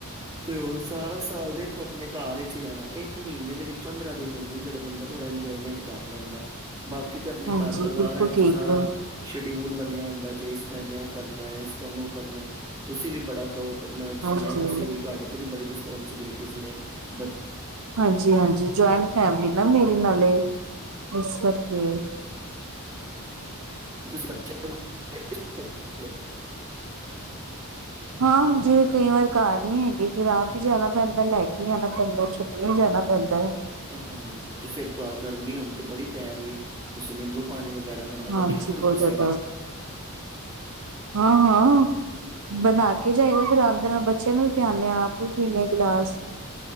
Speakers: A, on the right; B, on the right.
A: ਤੇ ਉਹ ਸਾਰਾ ਸਾਲ ਦੇਖੋ ਆਪਣੇ ਘਰ ਵਿਚ ਹੀ ਰਹਿਣਾ ਇੱਕ ਮਹੀਨੇ ਦੇ ਵਿੱਚ ਚ ਪੰਦਰਾਂ ਦਿਨ ਹੁੰਦੇ ਨੇ ਜਿਹੜੇ ਬੰਦਾ ਥੋੜਾ ਇੰਜੋਏ ਇੰਜੋਏਮੈਂਟ ਕਰ ਲੈਂਦਾ ਬਾਕੀ ਤਾਂ ਆਪਣੇ
B: ਹਾਂਜੀ
A: ਘਰ ਪਰਿਵਾਰਾਂ
B: ਬਿਲਕੁਲ
A: 'ਚ
B: ਠੀਕ
A: ਸਾਰਾ ਸ਼ਡਿਊਲ ਬਣਿਆ ਹੁੰਦਾ ਜਿਸ ਇਹ ਕਰਨਾ ਹੈ ਇਸ ਟਾਈਮ ਉਹ ਕਰਨਾ ਤੁਸੀਂ ਵੀ ਬੜਾ ਕਹੋ ਮੈਂ ਸੁਣਿਆ
B: ਹਾਂਜੀ
A: ਤੁਸੀਂ ਵੀ ਵੀ ਬੜੀ ਰਿਸਪੋਂਸਿਬਿਲਿਟੀਜ਼ ਨੇ ਬਚ
B: ਹਾਂਜੀ ਹਾਂਜੀ ਜੁਆਇੰਟ ਫੈਮਲੀ ਨਾ ਮੇਰੇ ਨਾਲ ਲੋ ਇਸ ਕਰਕੇ
A: <unintelligible>
B: ਹਾਂ ਹੁਣ ਜਿਵੇ ਕਈ ਵਾਰ ਘਰ ਨੀ ਹੈਗੇ ਫਿਰ ਆਪ ਈ ਜਾਨਾ ਪੈਂਦਾ ਲੈਕੇ ਵੀ ਆਨਾ ਪੈਂਦਾ ਛੱਡਣ ਵੀ ਜਾਣਾ ਪੈਂਦਾ ਏ
A: ਹਾਂ ਤੇ ਫਰ ਤਾ ਗਰਮੀ ਹੁਨ ਤੇ ਬੜੀ ਪੈ ਰਹੀ ਏ ਤੁਸੀਂ ਨਿੰਬੂ ਪਾਨੀ ਵਗੈਰਾ ਨਾਲ
B: ਹਾਂਜੀ
A: ਰੱਖਿਆ ਕਰੋ
B: ਬਹੁਤ
A: ਤੁਸੀਂ
B: ਜ਼ਿਆਦਾ
A: ਵੀ
B: ਹਾਂ ਹਾਂ ਬਨਾ ਕੇ ਜਾਈਦਾ ਫਿਰ ਆਉਂਦੇ ਨੁ ਬੱਚਿਆਂ ਨੂੰ ਵੀ ਪਿਆਨੇ ਆ ਆਪ ਵੀ ਪੀਂਦੇ ਗਿਲਾਸ